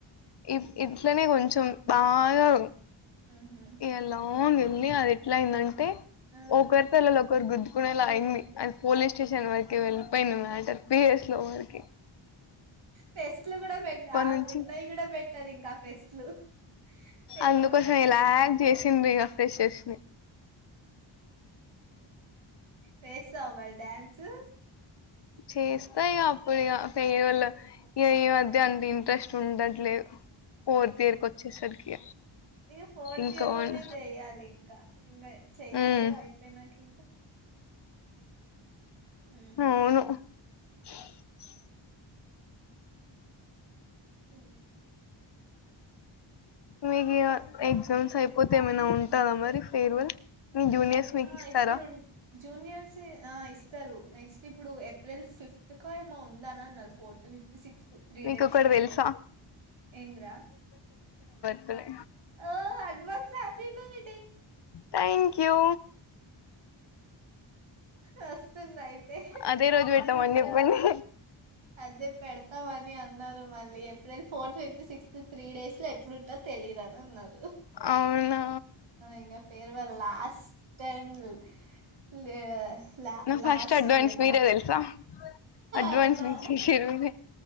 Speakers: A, on the left; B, on the right.
A: ఇవ్ ఇ ఇట్లనే కొంచెం బాగా
B: ఉహు
A: ఏలాన్ వెళ్లి అది అట్ల అయిందన్ టే
B: ఆ
A: ఒకరి తలలో కోర్ గుద్దుకునే లా అయింది అది పోలీస్ స్టేషన్ వరుకు వెళ్ళి పోయింది మ్యాటర్ బి ఎస్ లో వరికి
B: ఫెస్ట్లు కూడా పెట్టా
A: నుంచి
B: ఉన్నాయి కూడా పెట్టరు ఇంక ఫెస్ట్లు ఫెరు
A: అందుకోసం
B: వెల్ అయితది
A: లాగ్
B: రెండు
A: చేసిండ్రు ఇగ ఫ్రెషర్స్ ని
B: వేసావ మరి డాన్స్
A: చేస్తా ఇగ అప్పుడు ఇగ ఫేర్వెల్ ఇగ ఈ మధ్య అంత ఇన్ ఇంట్రెస్ట్ ఉండట్లేదు ఫోర్త్ ఇయర్ కి వచ్చేసరికి
B: ఇ ఫోర్తియర్
A: ఇంకా వన్
B: లోనే చేయాలింక ఇంక చెయ్యం
A: ఉమ్
B: కదా అయిపోయినంక ఇంక హుమ్
A: అవును <inaudible>
B: హుమ్
A: మీకు ఇక ఎగ్జామ్స్ అయిపోతే ఏమైనా ఉంటందా మరి ఫేర్వెల్ మీ జూనియర్స్ మీకు
B: ఆ
A: ఇస్తారా
B: ఇప్పుడు జూనియర్స్ ఆ ఇస్తారు నెక్స్ట్ ఇప్పుడు ఏప్రిల్ ఫిఫ్త్ ఎందుకో ఏమో ఉందా అని అన్నారు ఫోర్త్ ఫిఫ్త్ సిక్స్త్ త్రీ
A: మీకు
B: డేట్స్
A: ఒకటి
B: లో
A: తెలుసా
B: ఉంది ఏంద్రా
A: సరే
B: ఆ advance happy birthday
A: thank you
B: వస్తుందా ఇప్పు
A: అదే రోజు పెట్టామని చెప్పండి
B: అదే పెడతావని అన్నారు మళ్ళీ April fourth fifth sixth three days లో ఏప్పు అప్పుడిట్ల తెలియద ఉన్నారు
A: అవునా
B: ఇంగ ఫేర్వెల్ లాస్ట్ స్టైలు లే లా
A: నా
B: లాస్ట్
A: ఫస్ట్ అడ్వాన్స్
B: ఈవెంట్
A: మీరే
B: మాకు.
A: తెల్సా అడ్వాన్స్
B: అవునా!
A: విష్ చేసిర్రు మీరే